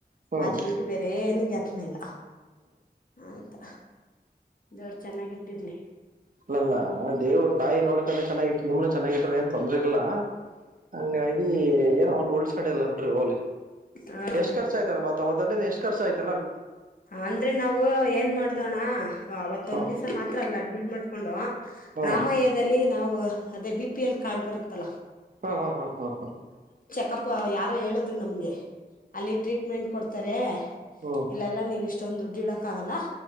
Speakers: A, on the right (about 55°); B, on the left (about 55°).
A: ಹ್ಮ್
B: ಅದ್ ಬಿಟ್ಟು ಬೇರೆ ಏನು ಗಾಪ್ನ ಇಲ್ಲ ಅಂತ ದೇವ್ರು ಚೆನ್ನಾಗಿಟ್ಟಿರ್ಲಿ
A: ಇಲ್ಲಲ್ಲ ದೇವ್ರ ತಾಯಿ ನೋಡ್ ಕಡೆ ಚೆನ್ನಗಿತ್ ನಿಮ್ನೆ ಚೆನ್ನಾಗಿಟ್ರ ಏನ್ ತೊಂದ್ರೆ ಇಲ್ಲ ಹಂಗಾಗಿ ಏನೋ ಒನ್ ಹೂಳುಳ್ಸ್ಕೊಂಡಿಲ್ಲ ಬಿಡ್ರಿ ಹೋಗಲಿ
B: ಹ
A: ಎಷ್ಟ್ ಖರ್ಚು ಆಯ್ತಾರ ಮತ್ತ ಅವತ್ ದನ್ನೆದೆ ಎಷ್ಟು ಖಚ್ಚು ಆಯುತ್
B: ಅಂದ್ರೆ ನಾವು ಏನ್ ಮಾಡ್ದೋಣ ಅವತ್ ತೊಂದಿಸ
A: ಹ್ಮ್
B: ಮಾತ್ರ ಅಡ್ಮಿಟ್ ಮಾಡಕೊಂಡ ವಾ
A: ಹ್ಮ್
B: ರಾಮಯ್ಯದಲ್ಲಿ ನಾವು ಅದೇ ಬಿ ಪಿ ಎಲ್ ಕಾರ್ಡ್ ಬರುತ್ತಲ್ಲಾ
A: ಹಾ ಹಾ ಹಾ ಹಾ ಹಾ
B: ಪಪ್ಪ ಯಾರೋ ಹೇಳುದ್ರು ನಮ್ಗೆ ಅಲ್ಲಿ ಟ್ರೀಟ್ಮೆಂಟ್ ಕೊಡ್ ತರೆ
A: ಬೂಹ್
B: ಇಲ್ಲೆಲ್ಲಾ ನೀವು ಇಷ್ಟೊಂದ ದುಡ್ ಇಡಕ್ ಆಗಲ್ಲ